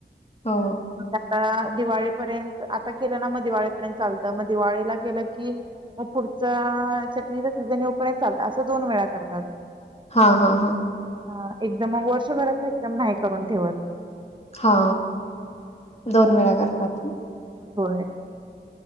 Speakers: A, on the left (about 35°); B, on the right (about 25°).
A: हो
B: <unintelligible> दिवाळीपर्यंत आता केलं ना मग दिवाळीपर्यंत चालतं मग दिवाळीला केलं की मग पुढचा चटणीचा -- सिझन येऊपर्यत चालतात. अस दोन वेळा करतात.
A: हा हा हा
B: हा एकदम मग वर्षभराच एकदम नाही. करून ठेवत --
A: हा. दोन वेळा करतात ना.
B: <unintelligible>